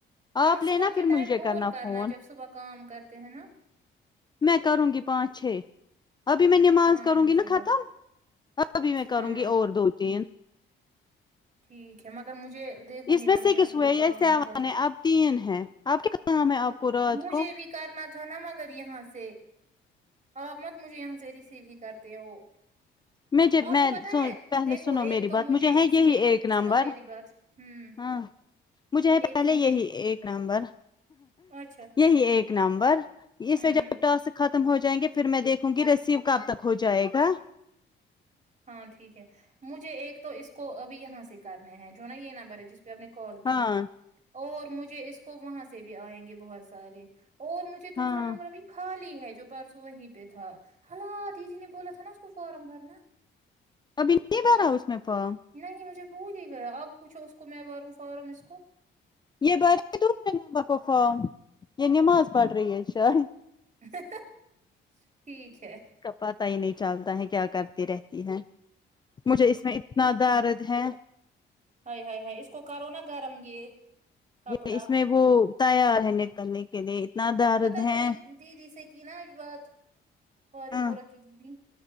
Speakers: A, on the right (about 40°); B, on the left (about 20°).
A: کل
B: آپ لینا
A: صبح کے
B: پھر
A: ٹائم
B: مجھے
A: اور کرنا
B: فون
A: جب صبح کام کرتے ہیں نا
B: میں کروں گی پانچ چھ ابھی میں نماز
A: ہاں
B: کروں
A: انشاء
B: گی نا
A: اللہ
B: ختم ابھی میں کروں
A: ہاں
B: گی اور دو تین
A: ٹھیک ہے مگر مجھے دیکھوں
B: اس
A: گی میں
B: سکس
A: مجھے اور کوئی
B: ہوئے یا
A: کام
B: سیون
A: ہوگا
B: ہے اب تین ہے اب کیا کام ہے آپ
A: ہ
B: کو رات
A: مجھے
B: کو
A: بھی کرنا تھا نا مگر یہاں سے آپ مت مجھے یہاں سے ریسیو ہی کرتے ہو
B: میں جب
A: آپ
B: میں
A: کو پتا ہے
B: پہلے
A: دیکھو
B: سنو
A: ایک
B: میری
A: تو
B: بات
A: مجھے
B: ہے
A: اس
B: یہی
A: کہ
B: ایک نمبر
A: سنو پیری بات ہوں
B: ہاں مجھے ہے
A: ایک
B: پہلے
A: تو مجھے
B: یہی ایک نمبر
A: اچھا
B: یہی ایک نمبر اس
A: ہوں
B: پے ٹاسک خت ختم ہو جائیں گے پھر میں دیکھوں گی رسیو کب تک ہو جائے گا
A: ہاں ٹھیک ہے مجھے ایک تو اس کو ابھی یہاں سے کرنے ہے جو نا یہ نمبر ہے جس کو آپ نے کال کی
B: ہاں
A: اور مجھے اس کو وہاں سے بھی آئیں گے بہت سارے اور مجھے دوسرا
B: ہاں
A: نمبر بھی خالی ہے جو پرسوں وہیں پہ تھا ہلا دیدی نے بولا تھا نا اس کو فارم بھرنا
B: ابھی نہیں بھرا اس نے فارم
A: نہیں مجھے بھول ہی گیا آپ پوچھو اس کو میں بھروں فارم اس کو
B: یہ بھرے دوسرے نمبر کو فارم یہ نماز پڑ رہی ہے شاید
A: ہے۔ ہے۔ ہے ٹھیک ہے
B: پتا ہی نہیں چلتا ہے کیا کرتی رہتی ہے مجھے اس میں اتنا درد ہے
A: ہاۓ ہائے ہائے اس کو کرو نا گرم یہ کپڑا
B: یہ اس میں وہ تیار ہے نکلنے کے لیے اتنا
A: آپ
B: درد
A: کو پتا میں
B: ہے
A: نے دیدی سے کی نا آج بات بارم
B: ہاں
A: پورہ کی دیدی